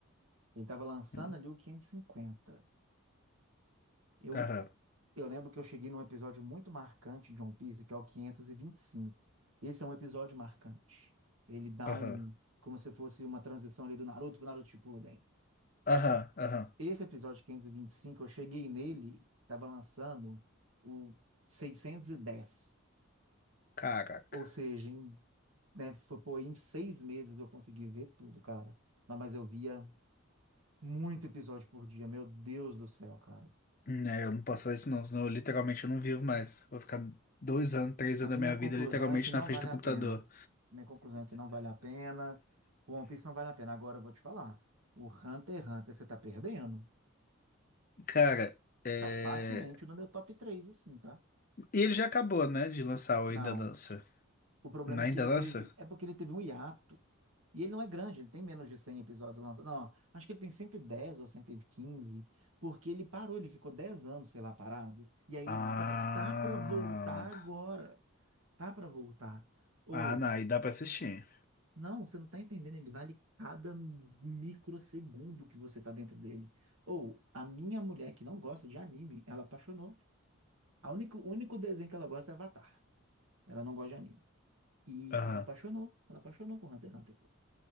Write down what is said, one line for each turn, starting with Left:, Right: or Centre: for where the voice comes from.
Right: Ele estava lançando
Left: Hum,
Right: ali o 550. Eu,
Left: Aham,
Right: eu lembro que eu cheguei num episódio muito marcante de One Piece, que é o 525. Esse é um episódio marcante. Ele dá
Left: aham,
Right: um, como se fosse uma transição ali do Naruto pro Naruto Shippuden.
Left: aham, ahum.
Right: Esse episódio quinhentos e e vinte e cinco eu cheguei nele, estava lançando o seiscentos e dez
Left: Caraca.
Right: Ou seja, em, né, foi, pô, em seis meses eu consegui ver tudo, cara. Não, mas eu via muito episódio por dia, meu Deus do céu, cara.
Left: Né, eu não posso fazer isso não, senão eu, literalmente eu não vivo mais. Vou ficar dois anos, três
Right: A
Left: anos da
Right: minha
Left: minha
Right: conclusão
Left: vida literalmente
Right: é que não
Left: na frente
Right: vale
Left: do
Right: a
Left: computador.
Right: pena. Minha conclusão é que não vale a pena. O One Piece não vale a pena. Agora eu vou te falar. O Hunter x Hunter você tá perdendo.
Left: Cara, é...
Right: Tá facilmente no meu top 3 assim, tá?
Left: E ele já acabou, né, de lançar o
Right: Não.
Left: Ainda Lança.
Right: O problema
Left: Não
Right: é
Left: é
Right: que
Left: Ainda
Right: ele
Left: Lança?
Right: teve. É porque ele teve um hiato. E ele não é grande, ele tem menos de 100 episódios lançados. Não, acho que ele tem 110 ou 115, porque ele parou, ele ficou 10 anos, sei lá, parado. E aí
Left: Ah...
Right: tá, tá para voltar agora. Tá para voltar. Ou,
Left: Ah, não, aí dá pra assistir.
Right: não, você não tá entendendo, ele vale cada microsegundo que você tá dentro dele. Ou, a minha mulher que não gosta de anime, ela apaixonou. A único o único desenho que ela gosta é Avatar. Ela não gosta de anime. E
Left: Aham.
Right: ela apaixonou, ela apaixonou com Hunter x Hunter. pô.